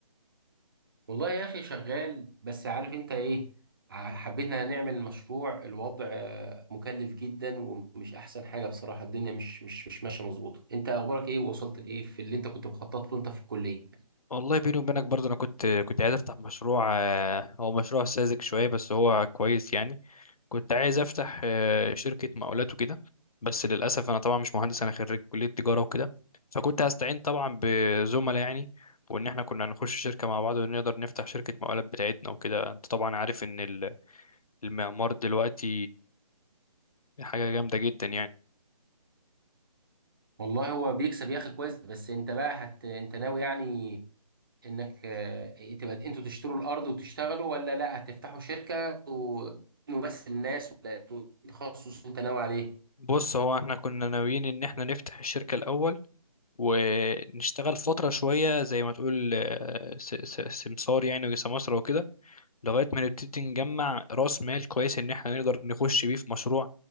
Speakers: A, on the right (about 35°); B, on the left (about 70°).
A: والله يا اخي شغال بس عارف انت ايه ع- حبينا نعمل مشروع الوضع آه، مكلف جدا ومش احسن حاجه بصراحه الدنيا مش مش مش ماشيه مظبوطه انت اخبارك ايه ووصلت لايه في اللي انت كنت مخطط له انت في الكليه
B: والله بيني وبينك برضه انا كنت كنت عايز افتح مشروع آه، هو مشروع ساذج شويه بس هو كويس يعني كنت عايز افتح آه، شركه مقاولات وكده بس للاسف انا طبعا مش مهندس انا خريج كليه تجاره وكده فكنت هستعين طبعا بزملاء يعني وان احنا كنا هنخش شركه مع بعض ونقدر نفتح شركه مقاولات بتاعتنا وكده انت طبعا عارف ان ال- المعمار دلوقتي حاجه جامده جدا يعني
A: والله هو بيكسب يا اخي كويس بس انت بقى هت انت ناوي يعني انك آه، إيه، تبقى انتوا تشتروا الارض وتشتغلوا ولا لا هتفتحوا شركه و- بس الناس ولا إنتوا إيه التخصص اللي انت ناوي عليه
B: بص هو احنا كنا ناويين ان احنا نفتح الشركة الاول ونشتغل فترة شوية زي ما تقول آه، س- س- سمسار يعني وسمسرة وكده لغاية ما نبتدي نجمع راس مال كويس ان احنا نقدر نخش بيه في مشروع